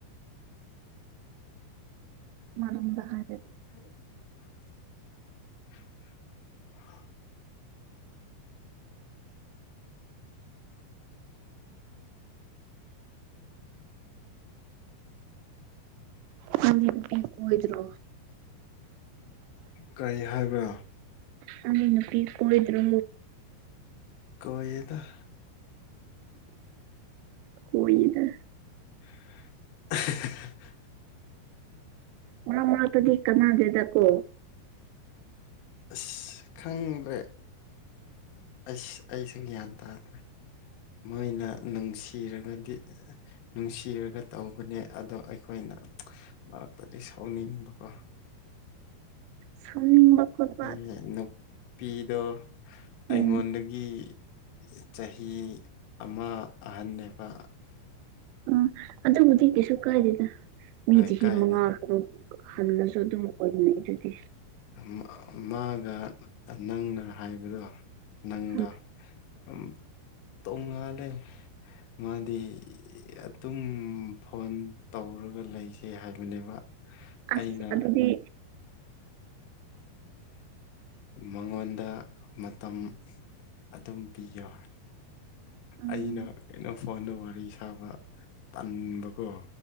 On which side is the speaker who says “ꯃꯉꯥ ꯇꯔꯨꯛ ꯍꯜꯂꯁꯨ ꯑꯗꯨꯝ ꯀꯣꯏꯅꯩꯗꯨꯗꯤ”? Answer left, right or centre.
Right